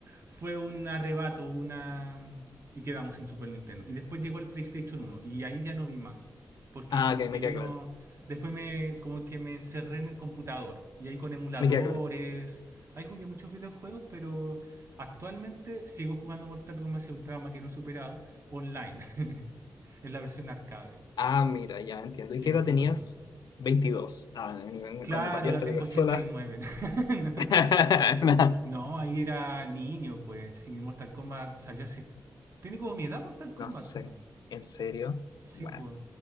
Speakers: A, on the right (about 40°); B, on the left (about 85°).
A: fue un arrebato, una y quedamos sin Super Nintendo. Y después llegó el PlayStation uno y ahí ya no vi más, porque
B: Ah,
A: como
B: ok,
A: que
B: me queda
A: yo no
B: claro.
A: Después me como que me encerré en el computador y ahí con emuladores.
B: Me queda claro.
A: Ahí jugué muchos videojuegos, pero actualmente sigo jugando Mortal Kombat hacia un trauma que no he superado online, <laughs> en la versión arcade.
B: Ah, mira, ya entiendo.
A: Sigo
B: ¿Y qué edad
A: jugándolo.
B: tenías? 22. Ah,
A: Claro,
B: cuando pateaste
A: ahora tengo
B: la consola.
A: 89. <laughs> No,
B: <laughs>
A: No, ahí era niño, pues. Si Mortal Kombat salió hace. Tiene como mi edad Mortal Kombat,
B: No, no sé.
A: pues.
B: ¿En serio?
A: Sí,
B: Bueno.
A: pues,